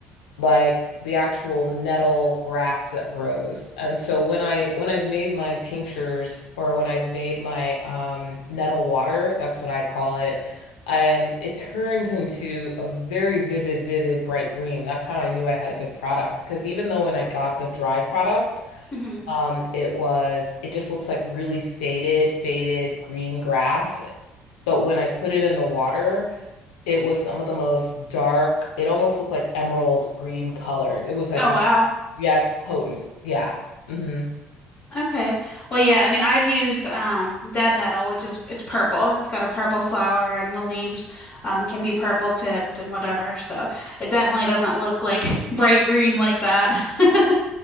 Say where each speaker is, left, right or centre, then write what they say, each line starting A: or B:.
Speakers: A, on the left; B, on the left.
A: like the actual nettle grass that grows. And so when I when I've made my tinctures or when I've made my um nettle water, that's what I call it, I am it turns into a very vivid, vivid bright green. That's how I knew I had a good product because even though when I got the dry product,
B: hmm
A: um it was it just looks like really faded, faded green grass. But when I put it in the water, it was some of the most dark. It almost looked like emerald green colored. It was like,
B: Oh,
A: in-
B: wow.
A: yeah, it's potent. Yeah. hmm
B: Okay. Well, yeah, I mean, I've used um, dead nettle, which is it's purple. It's got a purple flower, and the leaves um, can be purple tipped and whatever. So it definitely doesn't look like <laughs> bright green like that. <laughs>